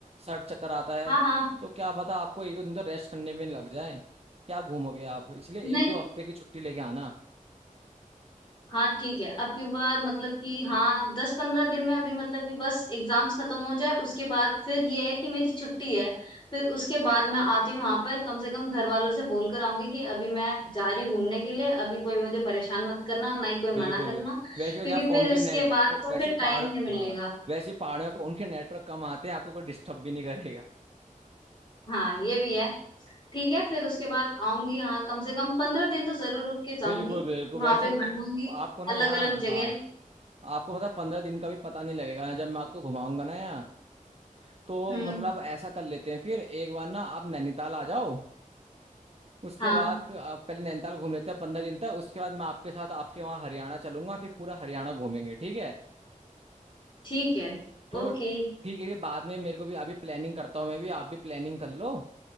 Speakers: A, on the right; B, on the left.
A: सर चक्कर आता है
B: हाँ हाँ
A: तो क्या पता आपको एक दो दिन तो रेस्ट करने में लग जाए क्या घूमोगे आप इसलिए
B: नहीं
A: एक दो हफ्ते की छुट्टी लेके आना
B: हाँ ठीक है अब की बार मतलब कि हाँ दस पंद्रह दिन में अभी मतलब कि बस एग्जाम्स खत्म हो जाए उसके बाद फिर ये है कि मेरी छुट्टी है फिर उसके बाद मैं आती हूँ वहां पर कम से कम घर वालों से बोल कर आऊंगी कि अभी मैं जा रही हूँ घूमने के लिए अभी कोई मुझे परेशान मत करना ना ही कोई
A: बिल्कुल
B: मना करना
A: वैसे
B: क्योंकि
A: यहाँ फोन
B: फिर
A: के
B: उसके
A: नेट
B: बाद तो
A: वैसे
B: फिर
A: पहाड़
B: टाइम ही नहीं
A: हाँ
B: मिलेगा
A: वैसे पहाड़ में फोन के नेटवर्क कम आते हैं आपको कोई डिस्टर्ब भी नहीं करेगा
B: हाँ ये भी है ठीक है फिर उसके बाद आऊंगी हाँ कम से कम पंद्रह दिन तो जरूर रुक के जाऊंगी
A: बिल्कुल बिल्कुल
B: वहां
A: वैसे
B: पे घूमूंगी
A: आपको ना
B: अलग
A: यहाँ
B: अलग जगह
A: हाँ आपको मतलब पंद्रह दिन का भी पता नहीं लगेगा जब मैं आपको घुमाऊंगा ना यहाँ तो
B: हम्म
A: मतलब ऐसा कर लेते हैं फिर एक बार ना आप नैनीताल आ जाओ उसके
B: हाँ
A: बाद आप पहले नैनीताल घूम लेते हैं पंद्रह दिन तक उसके बाद मैं आपके साथ आपके वहाँ हरियाणा चलूंगा फिर पूरा हरियाणा घूमेंगे ठीक है
B: ठीक है
A: तो
B: ओके
A: ठीक है ये बाद में मेरे को भी अभी प्लानिंग करता हूँ मैं भी आप भी प्लानिंग कर लो